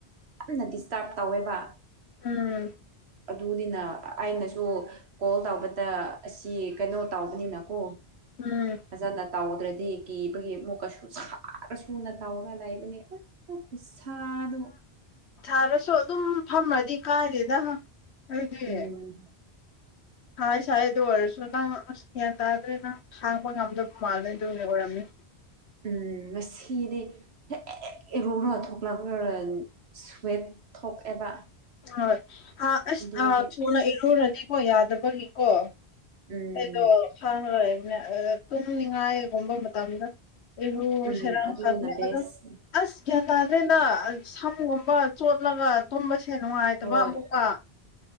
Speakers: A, on the right (about 75°); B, on the left (about 85°).
A: ꯌꯥꯝꯅ ꯗꯤꯁꯇꯔꯕ ꯇꯧꯋꯦꯕ
B: ꯎꯝ
A: ꯑꯗꯨꯅꯤꯅ ꯑꯩꯅꯁꯨ ꯀꯣꯜ ꯇꯧꯕꯗ ꯑꯁꯤ ꯀꯩꯅꯣ ꯇꯧꯕꯅꯤꯅ ꯀꯣ
B: ꯎꯝ
A: ꯐꯖꯅ ꯇꯧꯗ꯭ꯔꯗꯤ ꯀꯤꯕꯒꯤ ꯑꯃꯨꯛ ꯀꯁꯨ ꯁꯥꯔ ꯁꯨ ꯅ ꯇꯧꯔꯒ ꯂꯩꯕꯅꯦ ꯈꯨꯠꯁꯥꯗꯣ
B: ꯁꯥꯥꯔꯁꯨ ꯑꯗꯨꯝ ꯐꯝꯔꯗꯤ ꯀꯥꯏꯗꯦꯗ ꯑꯩꯗꯤ
A: ꯎꯝ
B: ꯁꯥꯏ ꯁꯥꯏ ꯑꯗꯨ ꯑꯣꯏꯔꯁꯨ ꯅꯪ ꯑꯁ ꯒ꯭ꯌꯥꯟ ꯇꯥꯗ꯭ꯔꯦ ꯅꯪ ꯈꯥꯡꯕ ꯉꯝꯗꯕ ꯃꯥꯜꯂꯦ ꯑꯗꯨꯒꯤ ꯑꯣꯏꯔꯝꯅꯤ
A: ꯎꯝ ꯉꯁꯤꯗꯤ ꯍꯦꯛ ꯏꯔꯨꯔꯥ ꯊꯣꯛꯂꯛꯈ꯭ꯔꯥ ꯁꯨꯋꯦꯠ ꯊꯣꯛꯑꯦꯕ
B: ꯍꯣꯏ ꯑꯥ ꯑꯁ
A: ꯑꯗꯨꯒꯤ
B: ꯑꯥ ꯊꯨꯅ
A: ꯑꯁ
B: ꯏꯔꯨꯔꯗꯤꯀꯣ ꯌꯥꯗꯕꯒꯤꯀꯣ
A: ꯎꯝ
B: ꯑꯩꯗꯣ ꯈꯥꯡꯔꯒ ꯂꯩꯕꯅꯦ ꯑꯗꯥ ꯇꯨꯝꯅꯤꯡꯉꯥꯏꯒꯨꯝꯕ ꯃꯇꯝꯗ ꯏꯔꯨ <unintelligible>
A: ꯎꯝ ꯑꯗꯨꯅ ꯕꯦꯁꯅꯤ
B: ꯑꯗꯨꯝ ꯑꯁ ꯒ꯭ꯌꯥꯟ ꯇꯥꯗ꯭ꯔꯦꯗ ꯁꯝꯒꯨꯝꯕ ꯆꯣꯠꯂꯒ ꯇꯨꯝꯕꯁꯦ ꯅꯨꯡꯉꯥꯏꯇꯕ
A: ꯍꯣꯏ
B: ꯑꯃꯨꯛꯀꯥ